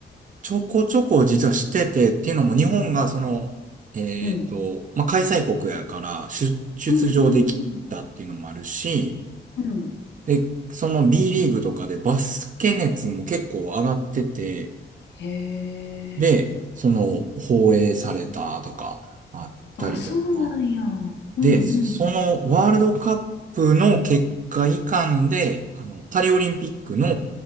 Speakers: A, on the right (about 45°); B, on the left (about 65°).
A: ちょこちょこ実はしてて、っていうのも日本がその、えーっと、
B: うん。
A: まあ、開催国やから、出出場できたっていうのもあるし、
B: うんうんうん。うん。
A: で、その B リーグとかでバスケ熱も結構上がってて、
B: へえ。
A: で、その、放映されたとか、あったりとか。
B: あ、そうなんや。うんうん。
A: で、そのワールドカップの結果以下で、あの、パリオリンピックの